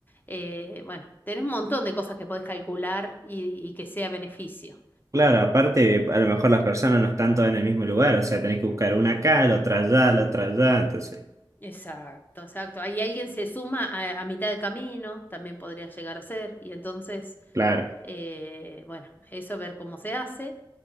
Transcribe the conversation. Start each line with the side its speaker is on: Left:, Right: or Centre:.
Left: eh, bueno, tenés un montón de cosas que podés calcular y, y que sea beneficio.
Right: Claro, aparte, a lo mejor las personas no están todas en el mismo lugar, o sea, tenés que buscar una acá, la otra allá, la otra allá, entonces,
Left: Exacto, exacto. Ahí alguien se suma a, a mitad de camino, también podría llegar a ser, y entonces,
Right: claro,
Left: eh, bueno, eso ver cómo se hace.